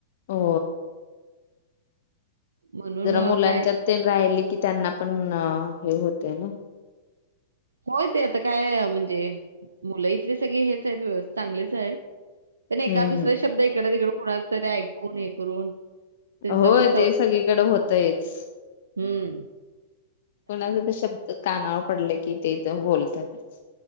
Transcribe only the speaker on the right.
म्हणून
अ,
काय
होय ते आता काय म्हणजे मुलं इथले सगळे हेच आहेत व्यवस्थ चांगलेच आहेत प नाही
एका दुसरे शब्द इकडे तिकड थोड तरी ऐकून हे करून त्यांच
पण
हम